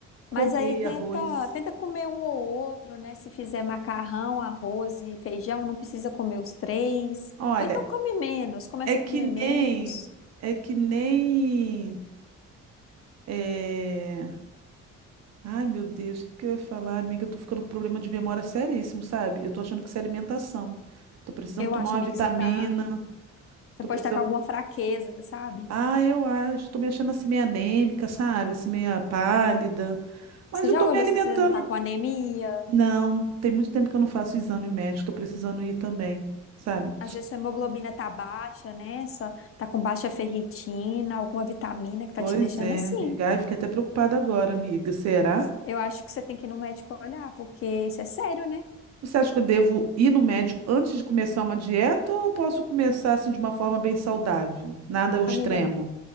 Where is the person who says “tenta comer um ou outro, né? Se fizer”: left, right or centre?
Left